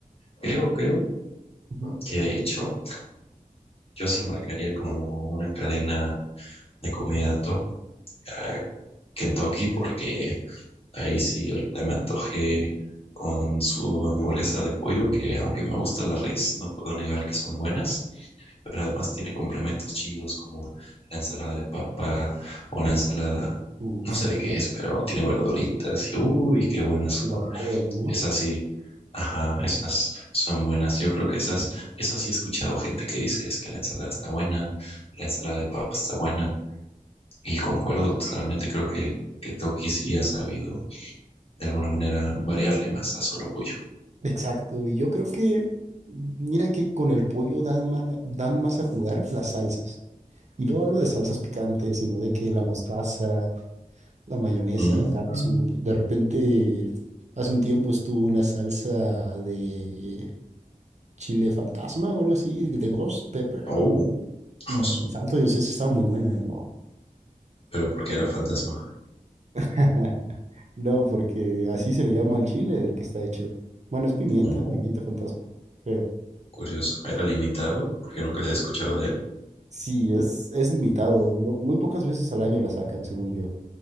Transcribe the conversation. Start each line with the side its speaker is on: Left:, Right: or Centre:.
Left: Creo, creo
Right: Ujú.
Left: que de hecho yo sí marcaría como una cadena de comida top a Kentucky porque Ahí sí, ahorita me antojé con su hamburguesa de pollo, que aunque me gusta la res, no puedo negar que son buenas, pero además tiene complementos chidos como la ensalada de papa o la ensalada,
Right: Uh,
Left: no
Right: sí,
Left: sé de qué es, pero tiene verduritas y uy, qué buenas
Right: sí, la
Left: son.
Right: de col, ¿no?
Left: Esas sí, ajá, esas son buenas. Yo creo que esas, esas sí he escuchado gente que dice es que la ensalada está buena, la ensalada de papa está buena, y concuerdo totalmente, creo que, que Toki sí ha sabido de alguna manera variarle más a solo pollo.
Right: Exacto, y yo creo que, mira que con el pollo dan, man dan más a jugar las salsas. Y no hablo de salsas picantes, sino de que la mostaza, la mayonesa,
Left: Mm,
Right: catsup, de repente, hace un tiempo estuvo una salsa de chile fantasma o algo así, de ghost pepper.
Left: Oh,
Right: Y
Left: josu.
Right: santo Dios, esa estaba muy buena, ¿eh?
Left: Pero porque era fantasma.
Right: <laughs> No, porque así se le llama al chile del que está hecho. Bueno, es pimienta,
Left: No,
Right: pimienta fantasma, creo.
Left: curioso. Era limitado porque nunca he escuchado de él.
Right: Sí, es, es limitado. no- muy pocas veces al año la sacan, según yo.